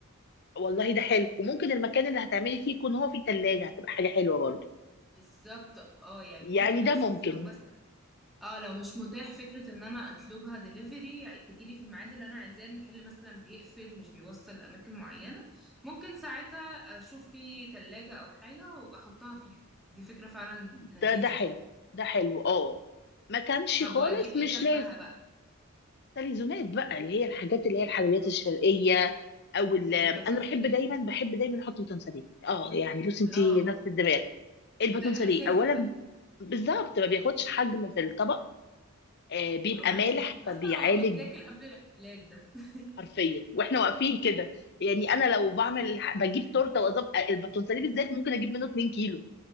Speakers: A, on the left (about 50°); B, in the centre.
A: والله ده حلو وممكن المكان اللي هتعملي فيه يكون هو فيه تلاجة هتبقى حاجة حلوة برضه
B: بالظبط اه يعني
A: يعني
B: ممكن
A: ده
B: اشوف
A: ممكن
B: لو مثلا اه لو مش متاح فكرة ان انا اطلبها دليفري يعني تجيلي في الميعاد اللي انا عايزاه المحل مثلا بيقفل مش بيوصل لاماكن معينة ممكن ساعتها اشوف في تلاجة او حاجة واحطها فيها دي فكرة فعلا لذيذة
A: ده ده حلو ده حلو اه ما كانش
B: طب
A: خالص
B: واجيب ايه
A: مش
B: جنبها
A: لازم
B: بقى
A: تليزونات بقى اللي هي الحاجات اللي هي الحلويات
B: اه
A: الشرقية او ال-
B: والباتون
A: انا بحب
B: ساليه
A: دايما بحب دايما احط باتون ساليه اه يعني بص انت
B: اه
A: نفس الدماغ الباتون
B: ده
A: ساليه
B: اساسي
A: اولا
B: ده
A: بالظبط ما بياخدش حجم في الطبق آه بيبقى
B: واللي
A: مالح
B: ب- اصلا
A: فبيعالج
B: هو بيتاكل قبل العيد ميلاد ده
A: حرفيا واحنا واقفين كده يعني انا لو بعمل بجيب تورته واظبط الباتون ساليه بالذات ممكن اجيب منه 2 كيلو